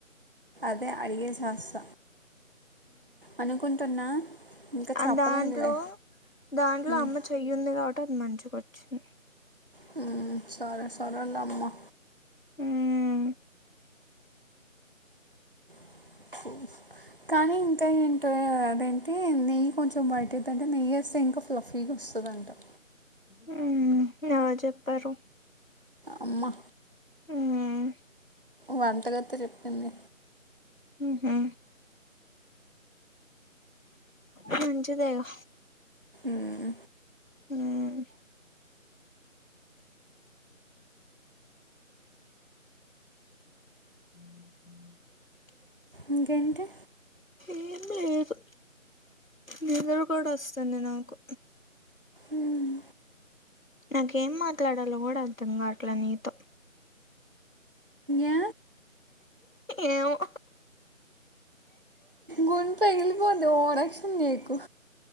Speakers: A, on the right; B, on the left.
A: అదే అడిగే చేస్త అనుకుంటున్నా ఇంకా
B: అండ్
A: చెప్పలేదులే
B: దాంట్లో దాంట్లో
A: మ్మ్.
B: అమ్మ చెయ్యుంది కాబట్టి అది మంచిగా వచ్చింది
A: హుమ్ సరే సరే లేమ్మా
B: మ్మ్
A: <unintelligible> కానీ ఇంకా ఏంట అదేంటి నెయ్యి కొంచెం బయటదంటే నెయ్యి వస్తే ఇంకా ఫ్లఫీగా వస్తుంది వస్తుందట
B: హ్మ్ ఎవరు చెప్పారు
A: అమ్మ
B: హుమ్
A: వంటగత్తే చెప్పింది
B: ఉమ్ హు మంచిదే గా
A: హుమ్
B: హుమ్ <inaudible>
A: ఇంకేంటి
B: ఏం లేదు నిద్ర కూడా వస్తుంది నాకు
A: మ్మ్.
B: నాకు ఏం మాట్లాడలో కూడా అర్థం కావట్లే నీతో
A: ఏ
B: ఏమో
A: గొంతు పగిలిపోద్ది ఓవరాక్షన్ చేయకు